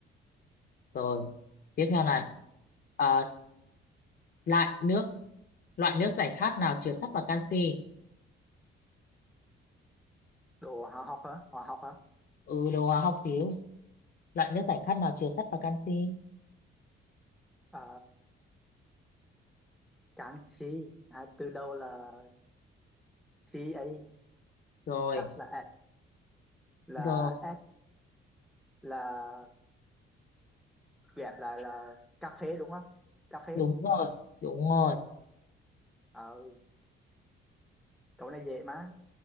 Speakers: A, on the left (about 50°); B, in the centre.
A: Rồi, tiếp theo này. Ờ, lại nước, loại nước giải khát nào chứa sắt và canxi?
B: đồ hóa học hả hóa học hả
A: Ừ, đồ hóa học xíu. Loại nước giải khát nào chứa sắt và canxi?
B: ờ Cán chi à, từ đầu là chi ấy
A: Rồi,
B: sắc là ẹ, là
A: rồi.
B: s là ghép lại là cà phê đúng không cà phê
A: đúng rồi đúng rồi
B: Ờ, cậu này dễ mà